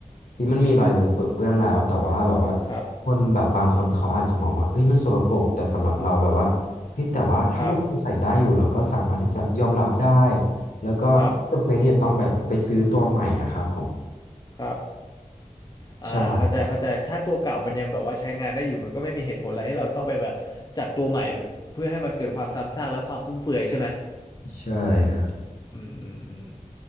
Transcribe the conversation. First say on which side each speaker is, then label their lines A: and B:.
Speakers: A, on the left; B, on the left.
A: เฮ้ยมันมีรอยเลอะเปื้อะเปื้อนแล้วแต่ว่าแบบว่า
B: ครับ
A: คนแบบบางคนเขาอาจจะมองว่าเฮ้ยมันสกปรกแต่สำหรับเราแบบว่าเฮ้ยแต่ว่าถ้ามันใส่ได้อยู่เราก็สามารถที่จะยอมรับได้
B: ครับ
A: แล้วก็ไม่จำเป็นที่จะต้องแบบไปซื้อตัวใหม่อะครับผม
B: ครับครับ
A: ใช่
B: อ่าเข้าใจเข้าใจถ้าตัวเก่ามันยังแบบว่าใช้งานได้อยู่มันก็ไม่มีเหตุผลอะไรให้เราต้องไปแบบจัดตัวใหม่เพื่อให้มันเกิดความซ้ำซากและความฟุ่มเฟือยใช่ไหม
A: ใช่ครับ
B: อืมอืมอืม